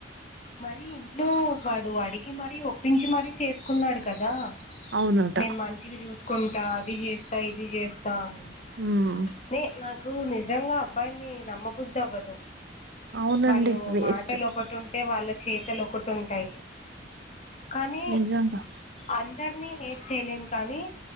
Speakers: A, on the left; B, on the right.
A: మరి ఇంట్లో వాడు అడిగి మరీ ఒప్పించి మరీ చేసుకున్నాడు కదా
B: అవునట
A: నేను మంచిగా చూసుకుంటా అది చేస్తా ఇది చేస్ తాని
B: ఉమ్
A: నీ నాకు నిజంగా అబ్బాయిల్ని నమ్మబుద్ధి అవ్వదు
B: అవునండి
A: వాళ్ళు
B: వేస్ట్
A: మాటలు ఒకటున్ అంటే వాళ్ళ చేతలు ఒకటి ఉంటాయి కానీ
B: నిజంగా
A: అందరినీ హట్ చేయలేన్ కానీ